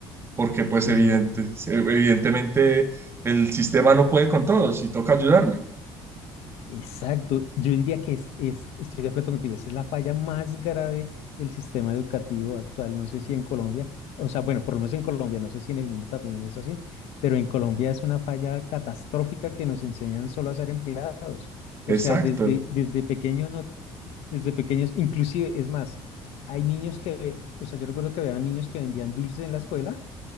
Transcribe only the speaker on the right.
porque pues
evidente, se- evidentemente el sistema no puede con todos y toca ayudarle.
Exacto,